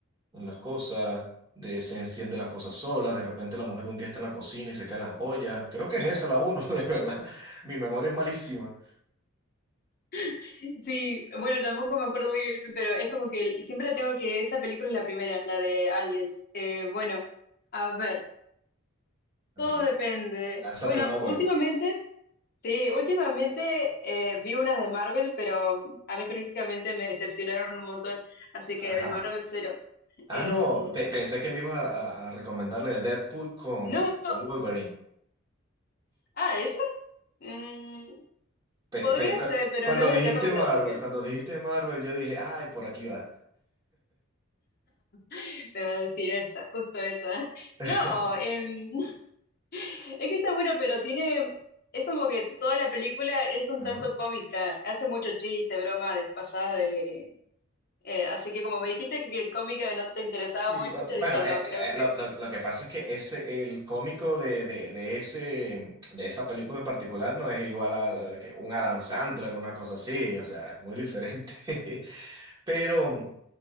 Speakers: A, on the right; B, on the left.
A: en las cosas, de, se encienden las cosas solas, de repente la mujer un día está en la cocina y se caen las ollas. Creo que es esa la uno, <laughs> de verdad. Mi memoria es malísima.
B: <laughs> Sí, bueno, tampoco me acuerdo muy bien, pero es como que el- siempre la tengo que esa película es la primera, la de aliens. Eh, bueno, a ver,
A: Ajá,
B: todo
A: la-
B: depende.
A: lánzate
B: Bueno,
A: una buena.
B: últimamente Sí, últimamente eh, vi unas de Marvel, pero a mí prácticamente me decepcionaron un montón, así
A: Ajá.
B: que de Marvel cero.
A: Ah,
B: Em,
A: no, pe- pensé que me ibas a, a- a recomendarle Deadpool con,
B: no,
A: con Wolverine.
B: ah, esa mm,
A: Pe-
B: podría
A: pe- cu-
B: ser, pero
A: cuando
B: no es de
A: dijiste
B: terror,
A: Marvel,
B: así que
A: cuando dijiste Marvel, yo dije, ay, por aquí va.
B: <laughs> me va a decir esa, justo esa.
A: <laughs>
B: No, em, <laughs> es que está bueno, pero tiene, es como que toda la película es un
A: Ajá.
B: tanto cómica, hace mucho chiste, broma despasada
A: Sí,
B: de... eh, así que como me dijiste que el cómica no te interesaba
A: sí,
B: mucho,
A: o- bueno,
B: dije,
A: eh,
B: no, creo
A: eh,
B: que
A: lo, lo- lo que pasa es que ese, el cómico de, de, de ese, de esa película en particular no es igual a, la- que un Adam Sandler, una cosa así, o sea, es muy diferente. <laughs> Pero.